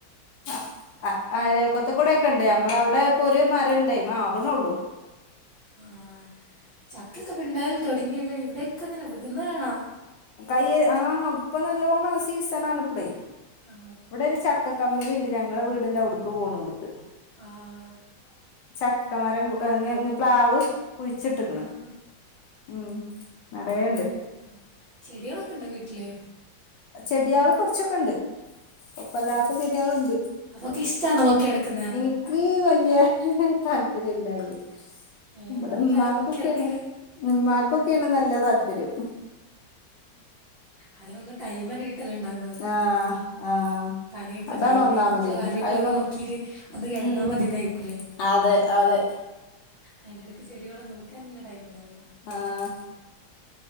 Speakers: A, on the left; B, on the right.
A: ആ
B: ഓ
A: ആയിരക്കത്ത് കൂടെ ഒക്കെ ഉണ്ട് നമ്മള അവിടെ ഇപ്പൊ ഒരു മരം ഉണ്ടായിമ ആകണള്ളൂ.
B: ആഹ് ചക്കൊക്കെ പിണ്ടായൽ തൊടങ്ങില്ലേ ഇവിടെയൊക്കെ ഇങ്ങനെ വികുന്നതണാ.
A: കയ്യ് ആഹ് ഇപ്പൊ നല്ലോണ്ണം സീസൺ ആണ ഇപ്പളേ.
B: ആ
A: വടൊരു ചക്ക കമ്പനിണ്ട് ഞങ്ങളെ വീടിന്റെ അവുടുക്ക് പോണോടുത്ത്.
B: ആഹ്.
A: ചക്ക മരം പ്ലാവ് കുഴിച്ചിട്ടക്കണ്
B: ഉം
A: ഉം നേറയണ്ട്.
B: ആഹ് ചെടികളൊക്കെ ണ്ടോ വീട്ടില്.
A: ചെടിയാള് കൊറച്ചൊക്കെ ണ്ട്. ഇപ്പല്ലാത്ത
B: ആ
A: ചെടയാളുണ്ട്
B: അതൊക്കെ ഇഷ്ടാണോ നോക്കി നടക്കുന്നെ
A: ഇനി. ക്ക് വലിയ താല്പര്യ ഇല്ലായില്
B: ഏ
A: നവിടെ
B: അപ്പൊ അതൊക്കെ
A: ഉ്മാക്കൊക്കെയാണ്.
B: ആരാ നോക്കി നടക്കല്
A: മ്മാക്കോക്കാണ് നല്ല താല്പര്യം.
B: അതിലൊന്നും ടൈംഎന്നെ കിട്ടല ഇണ്ടാവ
A: ആഹ് ആഹ്.
B: പണിയൊക്കെ
A: അതാണ്
B: കൈഞ്ഞ്
A: ഒന്നാമതേ
B: കുട്ട്യാള കാര്യൊക്കൊക്കെ
A: അയ്മ
B: നോക്കീട്ട് ഒന്ന് കെടന്ന
A: ഉം
B: മതിന്നായിരിക്കൂലേ.
A: അതെ അതെ
B: അയിന്റെടക്ക് ചെടികളെ നോക്കാനെന്നെ ടൈം ണ്ടാവൂല.
A: ആഹ്.